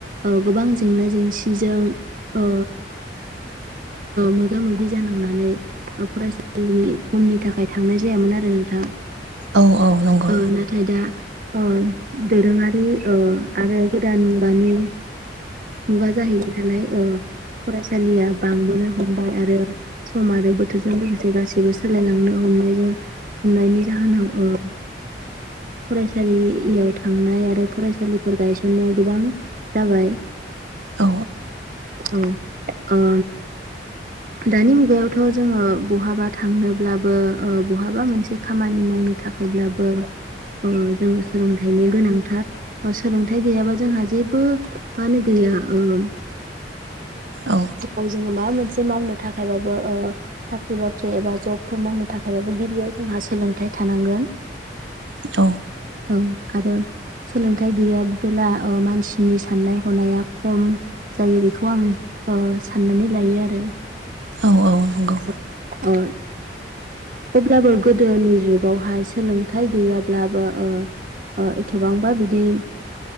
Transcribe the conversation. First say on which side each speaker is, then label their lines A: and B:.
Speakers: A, on the right; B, on the right.
A: ओ गोबां जेंना जेंसिजों ओ मोगा मोगि जानांनानै फरायसालिनि खमनि थाखाय थांनाय जायामोन आरो। नोंथां।
B: औ औ नंगौ।
A: ओ नाथाय दा ओ दोरोङारि ओ आरो गोदान मुगानि मुगा जाहैबाय नालाय ओ फरायसालिया बांबोनो हमबाय आरो सम आरो बोथोरजों लोगोसे गासैबो सोलायलांनो हमनायजों। हमनायनि जाहोनाव ओ फरायसालियाव थांनाय आरो फरायसालिफोर गायसननाया गोबां जाबाय
B: औ
A: औ ओ दानि मुगायावथ जोङो बहाबा थांनोब्लाबो ओ बहाबा मोनसे खामानि मावनो थाखायब्लाबो ओ जोंनो सोलोंथाइनि गोनांथार सोलोंथाइ गैयाबा जोंहा जेबो मा होनो गैया ओ
B: औ
A: गोबाव जों। माबा मोनसे मावनो थाखायबाबो ओ साख्रि बाख्रि एबा जबफोर मावनो थाखायबाबो गिबियाव जोंहा सोलोंथाइ थानांगोन।
B: औ
A: औ आरो। सोलोंथाइ गैयाबोला मानसिनि साननाय हनाया खम जायो बेखौ आं। ओ साननानै लायो आरो।
B: औ औ। नंगौ
A: <inaudible> अब्लाबो गोदोनि जुगावहाय सोलोंथाइ गैयाब्लाबो ओ ओ एथबांबा बिदि